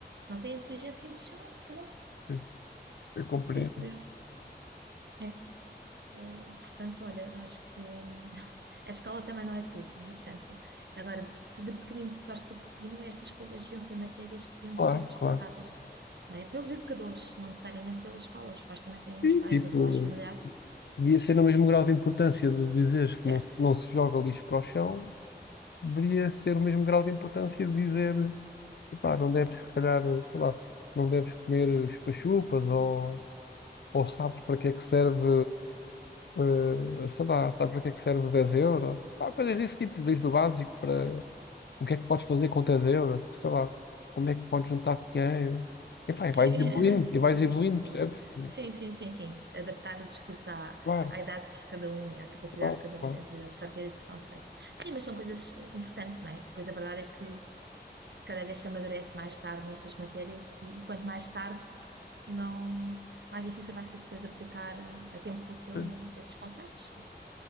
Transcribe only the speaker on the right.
não tem inteligência emocional, se calhar,
para se poder. É. Eh, portanto, olha, acho que hum, <laughs> a escola também não é tudo, não é? Portanto, agora de, pe- de pequenino se torce o pepino, estas coisas deviam ser matérias que deviam
de ser despertadas,
não é? Pelos educadores, não necessariamente pela escola. Os pais também têm,
os pais,
avós, familiares,
certo?
Sim,
<laughs>
sim, sim, sim. sim. Adaptar o discurso à,
à idade de cada um e à capacidade
que cada
um tem de absorver esses conceitos. Sim, mas são coisas importantes, não é? Pois a verdade é que cada vez se amadurece mais tarde nestas matérias e, e quanto mais tarde, não, mais difícil vai ser depois aplicar eh, a tempo útil
eh, esses conceitos.